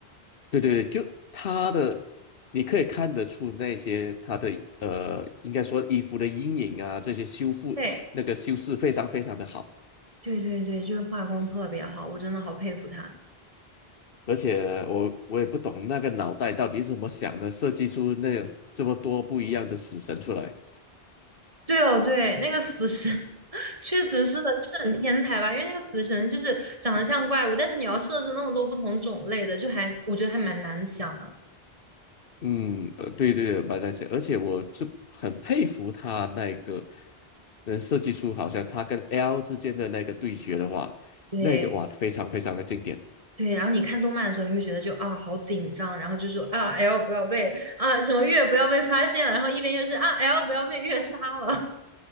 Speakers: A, on the left; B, on the right.
A: 对对对，就他的，你可以看得出那些他的呃，应该说衣服的阴影啊，这些修复那个修饰非常非常的好，
B: <laughs> 对对对对，就是画工特别好，我真的好佩服他。
A: 而且我我也不懂那个脑袋到底是怎么想的，设计出那这么多不一样的死神出来。
B: 对哦，对，那个死神 <laughs> 确实是的，就是很天才吧？因为那个死神就是长得像怪物，但是你要设置那么多不同种类的，就还我觉得还蛮难想的。
A: 嗯，呃，对对对，蛮难想，而且我是很佩服他那个能设计出好像他跟 L 之间的那个对决的话，
B: 对
A: 那个哇非常非常的经典。
B: 对，然后你看动漫的时候也会觉得就啊好紧张，然后就说啊 L 不要被啊什么月不要被发现了，然后一边又是啊 L 不要被月杀了。